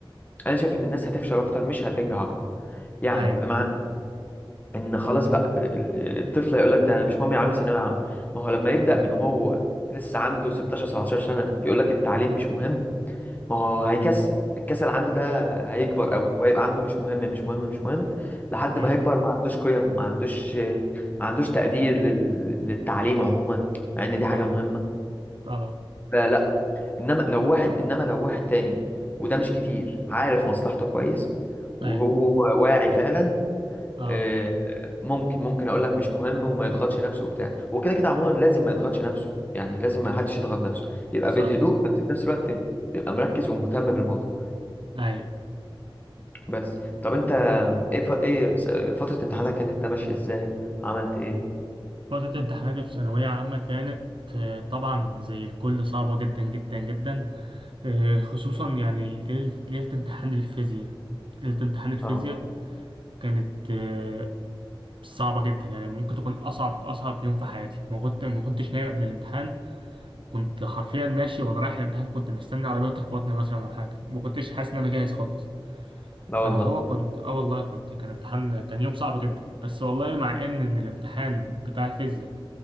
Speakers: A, on the left; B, on the right.
A: انا شايف ان الناس هتفشل اكتر مش هتنجح أكتر. يعني
B: أي
A: بمعنى ان خلاص بقى ال- ال- الطفل هيقول لك ده مش مهم يا عم ثانويه عامه ما هو لما يبدا من هو لسه عنده 16 17 سنه يقول لك التعليم مش مهم ما هو هيكسل الكسل عنده ده هيكبر قوي وهيبقى عنده مش مهم مش مهم مش مهم لحد
B: أمم،
A: ما هيكبر ما عندوش قيم ما عندوش ما عندوش تقدير لل... للتعليم عموما مع ان دي حاجه
B: أي
A: مهمه
B: أه
A: فلا انما لو واحد انما لو واحد تاني وده مش كتير عارف مصلحته كويس وهو
B: أي
A: واعي فعلا
B: أه
A: آه، ممكن ممكن اقول لك مش مهم وما يضغطش نفسه وبتاع هو كده كده عموما لازم ما يضغطش نفسه يعني لازم ما حدش يضغط نفسه يبقى
B: صح
A: بالهدوء بس في نفس الوقت يبقى مركز ومهتم بالموضوع
B: أي
A: بس طب انت ايه ف... ايه س- فترة امتحاناتك كانت ماشية ازاي عملت ايه
B: فترة امتحاناتي في ثانوية عامة كانت آه، طبعا زي الكل صعبة جدا جدا جدا آه، خصوصا يعني ليل- ليلة امتحان الفيزياء ليلة امتحان الفيزياء
A: اه
B: كانت آه، صعبة جدا يعني ممكن تكون أصعب أصعب يوم في حياتي ما كنت ما كنتش نايم قبل الامتحان كنت حرفيا ماشي وأنا رايح الامتحان كنت مستني عربية تخبطني مثلا أو حاجة ما كنتش حاسس إن أنا جاهز خالص
A: لا
B: فاللي
A: والله
B: هو كنت اه والله كنت كان امتحان كان يوم صعب جدا بس والله مع ان ان الامتحان بتاع الفيزياء